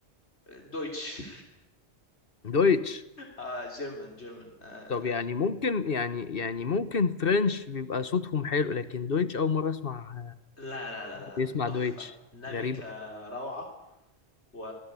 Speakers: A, on the left; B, on the left.
A: Deutsch
B: دويتش
A: <laughs> آه German German آه
B: طب يعني
A: آه.
B: ممكن يعني يعني ممكن فرنش بيبقى صوتهم حلو لكن دويتش أول مرة أسمع
A: لا لا لا لا
B: بيسمع
A: لا، تحفة
B: دويتش
A: ناميكا
B: غريبة
A: روعة و...